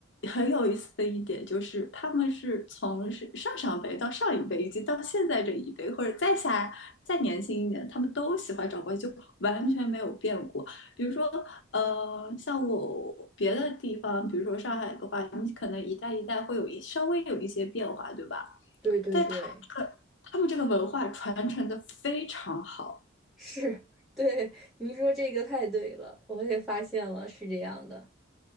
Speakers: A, on the left; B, in the centre.
A: 很有意思的一点就是，他们是从是上上辈到上一辈，以及到现在这一辈，或者再下再年轻一点，他们都喜欢找关系，就完全没有变过。比如说，呃，像我别的地方，比如说上海的话，你可能一代一代会有一稍微有一些变化，对吧？
B: <laughs> 对对对，
A: 但他们这个他们这个文化传承的非常好，
B: 是，<laughs> 对，你说这个太对了，我也发现了，是这样的。